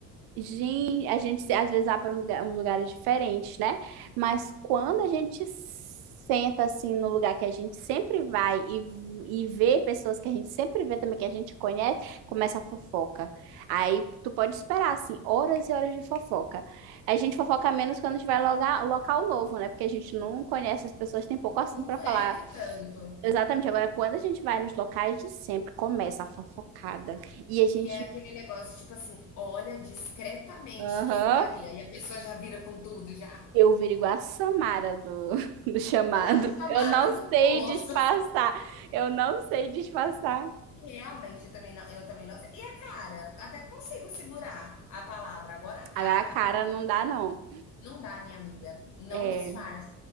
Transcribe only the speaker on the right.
Gente, a gente se- às vezes vai para um lugar- uns lugares diferentes, né? Mas quando a gente senta assim no lugar que a gente sempre vai e, e vê pessoas que a gente sempre vê também, que a gente conhece, começa a fofoca. Aí tu pode esperar, assim, horas e horas de fofoca. A gente fofoca menos quando a gente vai logar, local novo, né? Porque a gente não conhece as pessoas, tem pouco assunto
para
falar.
Exatamente. Agora, quando a gente vai nos locais de sempre, começa a fofocada. E a gente.
Aham.
Eu viro igual a Samara do, <laughs> do chamado.
Eu não
sei
disfarçar. Eu não sei disfarçar.
Agora a cara
não dá, não.
É.